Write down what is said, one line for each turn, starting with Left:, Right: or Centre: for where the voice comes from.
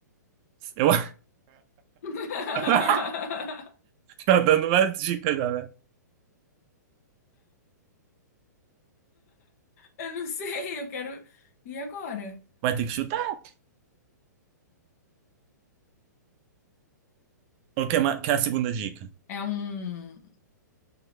Right: eu
Left: <laughs>
Right: <laughs> tá dando umas dicas já, né?
Left: Eu não sei, eu quero. E agora?
Right: Vai ter que chutar. O que é, ma- que é a segunda dica?
Left: É um.